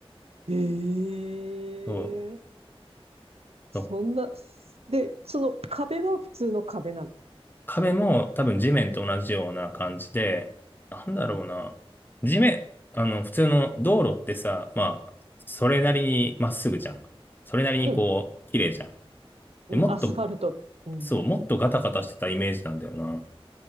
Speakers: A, on the right (about 80°); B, on the left (about 20°).
A: ええ
B: そう。
A: そんな、
B: そう
A: で、その壁は普通の壁なの。
B: 壁も多分地面と同じような感じで、なんだろうな。
A: うん。
B: 地面、あの、普通の道路ってさ、まあ、それなりにまっすぐじゃん。それなりにこう、
A: うん。
B: 綺麗じゃん。
A: うん、
B: で、もっと、
A: アスファルト。うん
B: そう、もっとガタガタしてたイメージなんだよな。